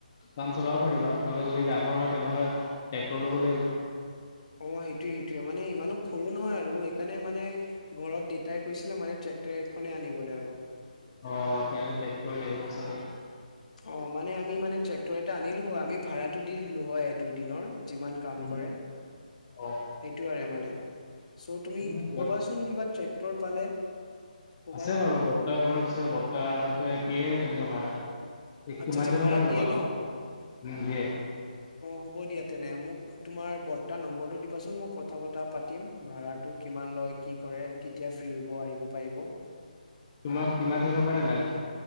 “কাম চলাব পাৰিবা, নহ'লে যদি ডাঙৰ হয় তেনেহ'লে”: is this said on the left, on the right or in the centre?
Left